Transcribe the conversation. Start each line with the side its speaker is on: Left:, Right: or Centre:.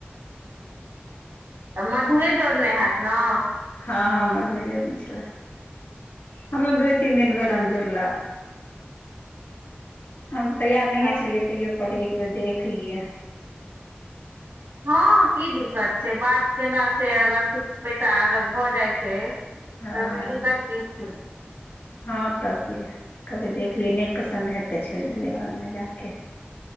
Right: तऽ मधुए जोड़ने हैत न?
Left: हँ हँ मधुये जोड़ने छलै। हमरो दूए तीन दिन भेल हन जूड़ला। हम तऽ तैयार नहिये
Right: तऽ
Left: छलियै तैयो कहलियै एक बेर देख लियै।
Right: हँ की दिक्कत छै, बात केला से अगर कुछ पैसा अगर भऽ जाइ छै
Left: हँ
Right: तऽ ओइ मे दिक्कत की छै।
Left: हँ तऽ की कहलियै देखलियै नहि पसन्द हैत तऽ छोड़ि देेबै बादमे जाके।